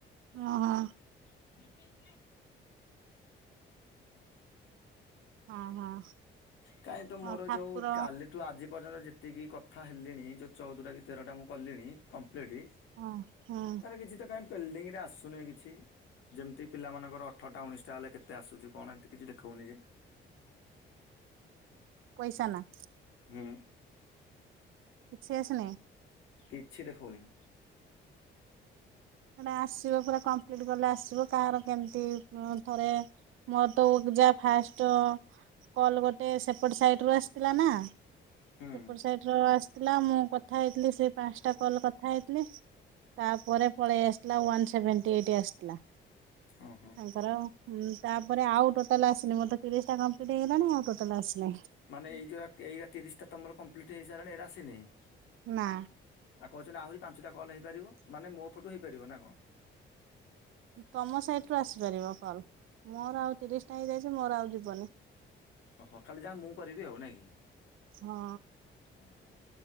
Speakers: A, on the right; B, on the left.
A: ଓ ହୋ।
B: <inaudible>
A: ହଁ ହଁ।
B: କାହିଁ ତ ମୋର
A: ଆଉ ଠାକୁର
B: ଯୋଉ କାଲି ଠୁ ଆଜି ପର୍ଯ୍ୟନ୍ତ ଯେତିକି କଥା ହେଲିଣି ଯୋଉ ଚଉଦଟା କି ତେରଟା ମୁଁ କଲିଣି କମ୍ପ୍ଲିଟ୍।
A: ହଁ ହୁଁ।
B: ତାର କିଛି ତ କାହିଁ ପେଲ୍ଡିଙ୍ଗ୍ ରେ ଆସୁନେଇଁ କିଛି। ଯେମତି ପିଲାମାନଙ୍କର ଅଠରଟା ଉଣେଇଶ ଟା ହେଲେ କେତେ ଆସୁଛି କଣ ଏମତି କିଛି ଦେଖଉନି କି।
A: ପଇସା ନା।
B: ହୁଁ।
A: କିଛି ଅସିନି।
B: କିଛି ଦେଖଉନି।
A: ସେଇଟା ଆସିବ ପୁରା କମ୍ପ୍ଲିଟ୍ କଲେ ଆସିବ କାହାର କେମତି ଉଁ ଥରେ। ମୋର ତ ଉକ୍ ଯା ଫାଷ୍ଟ। କଲ୍ ଗୋଟେ ସେପଟ୍ ସାଇଟ୍ ରୁ ଆସିଥିଲା ନା,
B: ହୁଁ
A: ସେପଟ୍ ସାଇ ଟ୍ରୁ ଆସିଥିଲା ମୁଁ କଥା ହେଇଥିଲି ସେଇ ପାଂଶ ଟା କଲ୍ କଥା ହେଇଥିଲି ତାପରେ। ପଳେଇ ଆସିଥିଲା ୱାନ୍ ସେଭେଣ୍ଟି ଏଇଟ୍ ଆସିଥିଲା
B: ଓହୋ
A: ତାଙ୍କର। ଉଁ ତାପରେ ଆଉ ଟୋଟାଲ୍ ଆସିନି ମୋର ତ ତିରିଶ୍ ଟା କମ୍ପ୍ଲିଟ୍ ହେଇଗଲାଣି ଆଉ ଟୋଟାଲ୍ ଆସିନେଇଁ।
B: ମାନେ ଏଇ ଯୋଉରା ଏଇ ରା ତିରିଶ୍ ଟା ତମର କମ୍ପ୍ଲିଟ୍ ହେଇସାଇଲାଣି ଏଇରା ଆସିନେଇଁ।
A: ନାଁ।
B: ଆଉ କହୁଚନ୍ତି ଆହୁରି ପାଞ୍ଚୁଟା କଲ୍ ହେଇପାରିବ ମାନେ ମୋ ପଟୁ ହେଇପାରିବ ନା କଁ।
A: ତମ ସାଇଟ୍ ରୁ ଆସିପାରିବ କଲ୍ ମୋର ଆଉ ତିରିଶ ଟା ହେଇଯାଇଛି ମୋର ଆଉ ଯିବନି।
B: ଓହୋ ଖାଲି ଯା ମୁଁ କରିବି ଆଉ ନାଇଁ କି।
A: ହଁ।
B: ଓ ହୋ